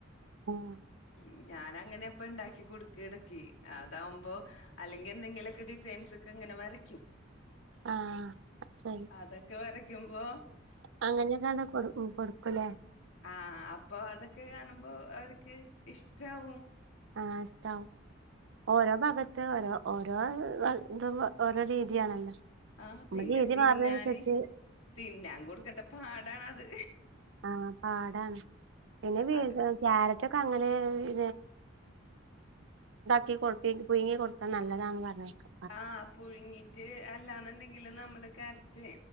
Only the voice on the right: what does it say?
ആഹ്
ആഹ് ശരി
അങ്ങനെ <unintelligible> കൊടുക്കും ഉം കൊടുക്കുംല്ലേ
ആഹ് ഇഷ്ട്ടാവും ഓരോ ഭാഗത് രോ ഓരോ ഏഹ് വ ഇതും ഓരോ രീതിയാണല്ലോ
നമ്മ
രീതി
മാറുന്നതിനനുസരിച്ച്
ആഹ് പാടാണ് പിന്നെ വീ
ക്യാരറ്റൊക്കെ അങ്ങനെ <unintelligible> ഇണ്ടാക്കി കൊ പുയുങ്ങി കൊടുത്താ നല്ലതാന്ന് പറഞ്ഞേക്കാ